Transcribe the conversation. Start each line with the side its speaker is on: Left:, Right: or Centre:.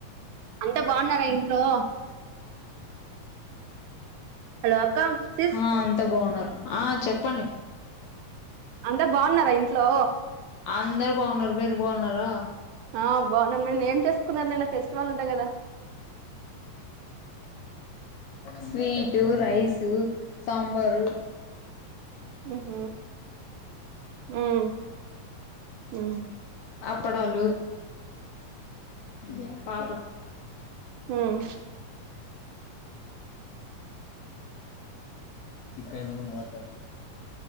Right: అంత బాగున్నారా ఇం ట్లో హలో సిస్
Left: ఆ అంతా బాగున్నారు ఆ చెప్పండి
Right: అంతా బాగున్నారా ఇంట్లో
Left: అందరు బాగున్నారు మీరు బాగున్నారా
Right: ఆ బాగున్నానమండి ఏం చేసుకున్నారు నిన్న ఫెస్టివల్ అంటకదా
Left: స్వీటు రైసు సాంబార్
Right: ఊ మ్ ఊ మ్ ఊ మ్
Left: అప్పడాలు మ్ పా
Right: మ్
Left: చికెను మటన్